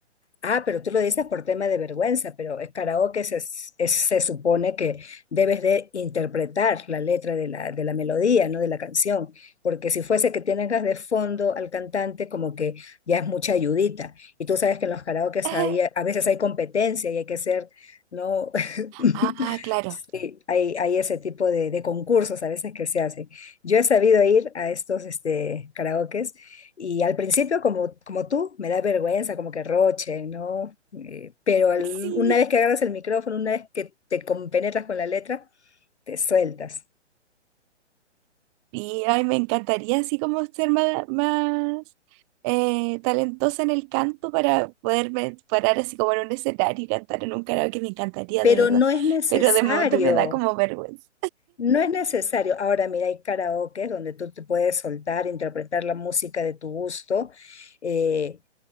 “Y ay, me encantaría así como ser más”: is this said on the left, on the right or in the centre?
Right